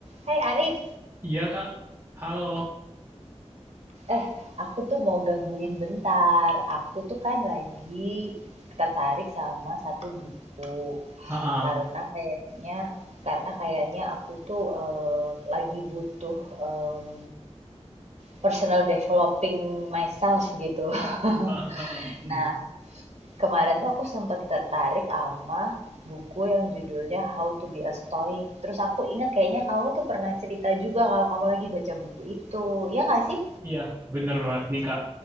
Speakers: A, on the right; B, on the right.
A: Hai Arif,
B: Iya kak, halo.
A: eh aku tuh mau gangguin bentar. Aku tuh kan lagi tertarik sama satu buku
B: Ah,
A: karena
B: ah.
A: kayaknya karena kayaknya aku tuh eh, lagi butuh em, personal developing myself gitu. <laughs>
B: Ah, ah, ah. Hmm.
A: Nah, kemarin tuh aku sempat tertarik sama buku yang judulnya How to Be a Stoic. Terus aku ingat kayaknya kamu tuh pernah cerita juga kalau kamu lagi baca buku itu. Ya nggak sih?
B: Iya, bener banget nih kak.